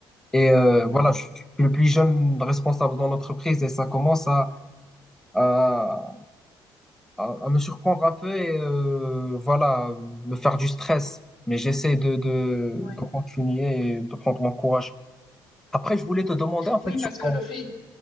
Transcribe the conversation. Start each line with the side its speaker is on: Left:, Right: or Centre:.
Centre: Et euh,
Left: Mhm.
Centre: voilà, je suis le plus jeune responsable dans l'entreprise et ça commence à, à, à- à me surprendre un peu et euh, voilà, me faire du stress. Mais j'essaie de, de,
Left: Ouais.
Centre: de continuer et de prendre mon courage. Après, je voulais te demander en fait
Left: Oui, parce
Centre: sur
Left: que
Centre: ton...
Left: le fait,